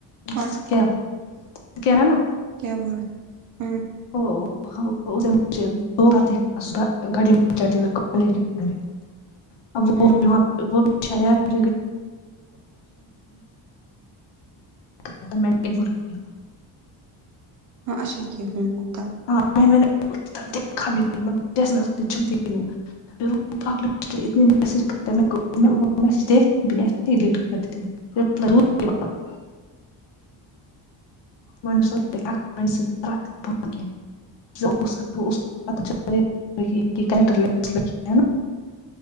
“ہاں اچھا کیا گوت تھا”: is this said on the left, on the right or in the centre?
Right